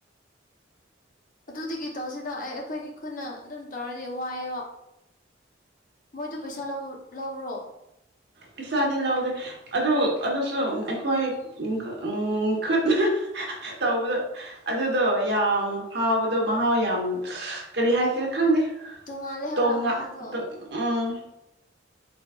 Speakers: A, on the left; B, on the right.
A: ꯑꯗꯨꯗꯒꯤ ꯇꯧꯁꯤꯗ ꯑꯩ ꯑꯩꯈꯣꯏꯒꯤ ꯈꯨꯟꯅ ꯑꯗꯨꯝ ꯇꯧꯔꯗꯤ ꯋꯥꯏꯑꯦꯕ ꯃꯣꯏꯗꯨ ꯄꯩꯁꯥ ꯂꯧ ꯂꯧꯔꯣ
B: ꯄꯤꯁꯥꯗꯤ ꯂꯧꯗꯦ ꯑꯗꯨ ꯑꯗꯨꯁꯨ ꯑꯩꯈꯣꯏ ꯎꯝ ꯈꯨꯠ ꯇꯧꯕꯗꯣ ꯑꯗꯨꯗꯣ ꯌꯥꯝ ꯍꯥꯎꯕꯗꯣ ꯃꯍꯥꯎ ꯌꯥꯝ ꯀꯔꯤ ꯍꯥꯏꯁꯤꯅ ꯈꯪꯗꯦ
A: ꯇꯣꯡꯉꯥꯜꯂꯦ ꯍꯥꯏꯕ꯭ꯔꯥ
B: ꯇꯣ ꯉꯥꯟ
A: ꯃꯍꯥꯎꯗꯣ
B: ꯇꯣ ꯎꯝ